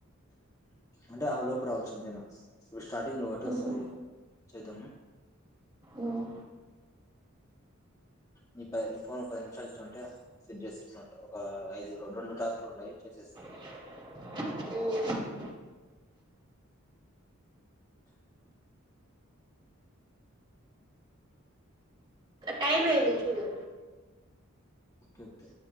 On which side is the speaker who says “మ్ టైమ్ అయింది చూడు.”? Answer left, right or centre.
Right